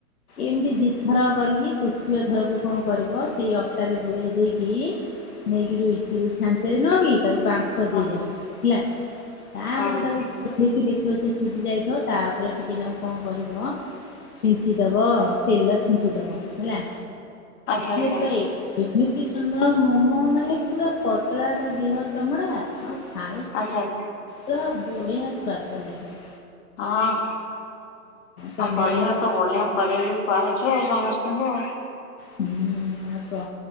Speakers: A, on the left (about 70°); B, on the left (about 50°).
A: ଏମିତି ଦିଥର କରିକି ତୃତୀୟ ଥରକୁ କଣ କରିବ ସେଇ ଅଟାରେ ଗୋଳେଇ ଦେଇକି। ନେଇକି ଯୋଉ ଇଟିଲି ଛାଞ୍ଚରେ ନୁହଁକି ତାକୁ ବାମ୍ଫ
B: ହଁ
A: ଦେଇଦବ ହେଲା। ତାପରେ
B: ହଁ
A: ତାକୁ ଖୋଲିକି ଦେଖିବ ସେ ସିଝି ଯାଇଥିବ ତା ଉପରେ ଟିକେ ନାକୁ କଣ କରିବ। ଛିଞ୍ଚିଦବ ତେଲ ଛିଞ୍ଚିଦବ ହେଲା।
B: ଆଚ୍ଛା
A: ସିଏ
B: ଆଚ୍ଛା
A: ପୁରା ଏ-ଏମ ଛି ସୁନ୍ଦର ମୋମୋ ମାନେ ପୁରା ପତଳା ତା ଦିହ ଚମଡା ଆଉ ଖା
B: ଆଚ୍ଛା ଆଚ୍ଛା।
A: ପୁରା ବଢିଆ ସ୍ୱାଦ ଲାଗିବ।
B: ହଁ
A: ସନ୍ଧ୍ୟାବେଳେ
B: ବଢିଆ
A: ଯେ
B: ତୁ ବଢିଆ କରିକି ଖୁଆଉଚ ତୁ ସମସ୍ତଙ୍କୁ।
A: ହୁଁ ଆଉ କ